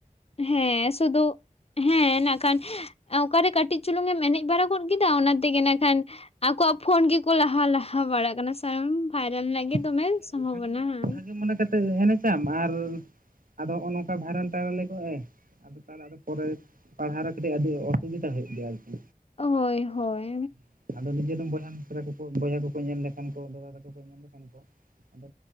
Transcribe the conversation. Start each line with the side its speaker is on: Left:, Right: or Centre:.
Left: ᱦᱮᱸ ᱥᱩᱫᱩ ᱦᱮᱸ ᱤᱱᱟᱹ ᱠᱷᱟᱱ ᱚᱠᱟᱨᱮ ᱠᱟᱹᱴᱤᱡ ᱪᱩᱞᱩᱝ ᱮᱢ ᱮᱱᱮᱡ ᱵᱟᱲᱟ ᱜᱚᱫ ᱠᱮᱫᱟ ᱚᱱᱟ ᱛᱮᱜᱮ ᱤᱱᱟᱹ ᱠᱷᱟᱱ ᱟᱠᱚᱣᱟᱜ ᱯᱷᱳᱱ ᱜᱮᱠᱚ ᱞᱟᱦᱟ ᱞᱟᱦᱟ ᱵᱟᱲᱟᱜ ᱠᱟᱱᱟ ᱥᱟᱨ ᱵᱷᱟᱭᱨᱟᱞ
Right: ᱟᱫᱚ
Left: ᱨᱮᱱᱟᱜ ᱜᱮ ᱫᱚᱢᱮ ᱥᱚᱢᱵᱷᱚᱵᱚᱱᱟ
Right: ᱵᱷᱟᱜᱮ
Left: ᱦᱟᱸ
Right: <unintelligible> ᱢᱚᱱᱮ ᱠᱟᱛᱮᱫ ᱮᱱᱮᱡᱟᱢ ᱟᱨ ᱟᱫᱚ ᱱᱚᱜᱼᱚ ᱱᱚᱝᱠᱟ ᱵᱷᱟᱭᱨᱟᱞ ᱴᱟᱭᱨᱟᱞ ᱞᱮᱠᱚ ᱮ ᱛᱟᱦᱞᱮ ᱟᱫᱚ ᱯᱚᱨᱮ ᱯᱟᱲᱦᱟᱣ ᱨᱮ ᱠᱟᱹᱴᱤᱡ ᱟᱹᱰᱤ ᱚᱥᱩᱵᱤᱫᱟ ᱦᱩᱭᱩᱜ ᱜᱮᱭᱟ ᱟᱨᱠᱤ
Left: ᱦᱳᱭ ᱦᱳᱭ
Right: ᱾ ᱟᱫᱚ ᱱᱤᱡᱮ ᱫᱚᱢ ᱵᱚᱭᱦᱟ ᱯᱚᱨᱮ ᱠᱚᱠᱚ ᱵᱚᱭᱦᱟ ᱠᱚᱠᱚ ᱧᱮᱞ ᱞᱮᱠᱷᱟᱱ ᱠᱚ ᱫᱟᱫᱟ ᱛᱟᱠᱚ ᱠᱚ ᱧᱮᱞ ᱞᱮᱠᱷᱟᱱ ᱠᱚ ᱟᱫᱚ